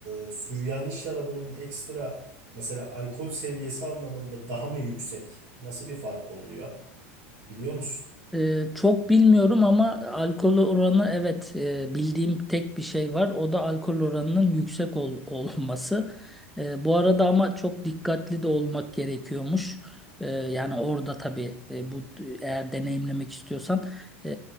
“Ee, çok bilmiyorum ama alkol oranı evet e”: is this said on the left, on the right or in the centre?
Centre